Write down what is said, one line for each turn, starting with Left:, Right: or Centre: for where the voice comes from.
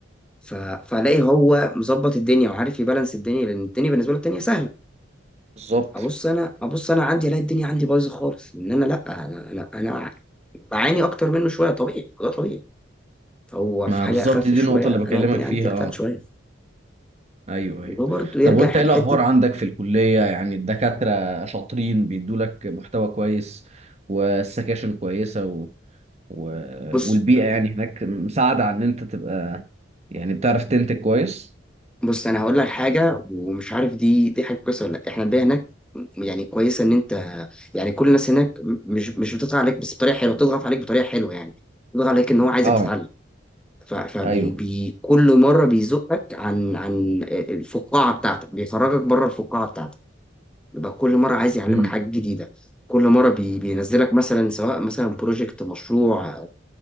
Centre: ف... فالاقي هو مظبط الدنيا وعارف يبالانس الدنيا لان الدنيا بالنسبه له الدنيا سهله
Right: بالظبط
Centre: ابص انا ابص انا عندي الاقي الدنيا عندي بايظه خالص ان انا لا انا انا انا بعاني اكتر منه شويه طبيعي ده طبيعي هو
Right: ما
Centre: في حاجه
Right: بالظبط
Centre: اخف
Right: دي
Centre: شويه
Right: النقطة اللي بكلمك
Centre: انا الدنيا
Right: فيها
Centre: عندي
Right: اه.
Centre: اتقل شويه
Right: ايوه
Centre: وده
Right: ايوه
Centre: برضه يرجع
Right: طب وانت
Centre: حته
Right: ايه الاخبار
Centre: حته
Right: عندك في الكليه يعني الدكاتره شاطرين بيدوا لك محتوى كويس والسكاشن كويسه و... و...
Centre: بص
Right: والبيئه يعني هناك مساعده عن ان انت تبقى يعني بتعرف تنتج كويس
Centre: بص انا هقول لك حاجه ومش عارف دي دي حاجه كويسه ولا لا احنا البيئه هناك يعني كويسه ان انت يعني كل الناس هناك مش مش بتضغط عليك بس بطريقه حلوه بتضغط عليك بطريقه حلوه يعني بتضغط عليك ان هو عايزك
Right: اه
Centre: تتعلم فكل
Right: ايوه
Centre: مرة بيزقك عن عن الفقاعة بتاعتك بيخرجك بره الفقاعة بتاعتك يبقى كل مرة عايز يعلمك
Right: امم
Centre: حاجة جديدة كل مرة بي بينزلك مثلا سواء مثلا بروجكت مشروع